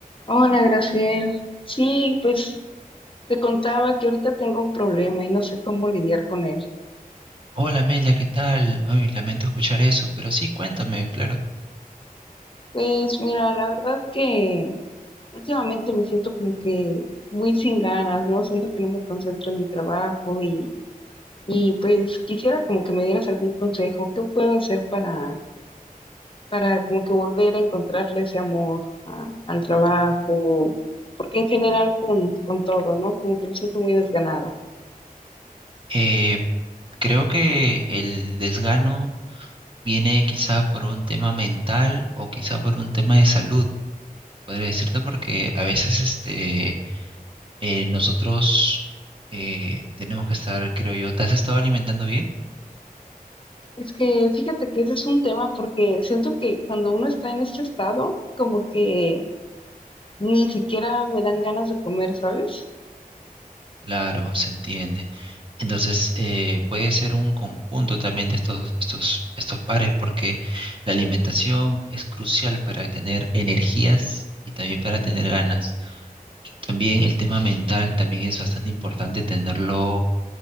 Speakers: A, on the left; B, on the right.
A: Hola, Graciel. Sí, pues te contaba que ahorita tengo un problema y no sé cómo lidiar con él.
B: Hola Amelia, ¿qué tal? Ay, lamento escuchar eso, pero sí, cuéntame, claro.
A: Pues mira, la verdad que últimamente me siento como que muy sin ganas, ¿no? Siento que no me concentro en mi trabajo y, y pues quisiera como que me dieras algún consejo. ¿Qué puedo hacer para, para como que volver a encontrarle ese amor a- al trabajo? Porque en general con, con todo, ¿no? Como que me siento muy desganada.
B: Eh, creo que el desgano viene quizá por un tema mental o quizá por un tema de salud, podría decirte, porque a veces este, eh, nosotros eh, tenemos que estar, creo yo, ¿te has estado alimentando bien?
A: Es que fíjate que ese es un tema porque siento que cuando uno está en este estado, como que ni siquiera me dan ganas de comer, ¿sabes?
B: Claro, se entiende. Entonces, eh, puede ser un conjunto también de estos, estos, estos pares, porque la alimentación es crucial para tener energías y también para tener ganas. También el tema mental también es bastante importante tenerlo,